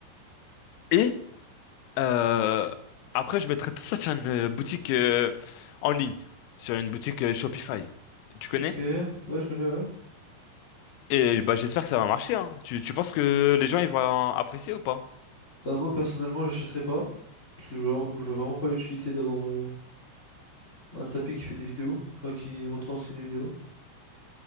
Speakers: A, on the left; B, on the left.
A: Et euh, après, je mettrai tout ça sur une euh, boutique euh, en ligne, sur une boutique euh, Shopify. Tu connais?
B: Ok, ouais, je connais, ouais.
A: Et bah, j'espère que ça va marcher. hein. Tu, tu penses que les gens ils vont apprécier ou pas?
B: Bah, moi, personnellement, j'achèterais pas. Parce que je vois, je vois vraiment pas l'utilité d'avoir euh, un tapis qui fait des vidéos, enfin, qui retranscrit des vidéos.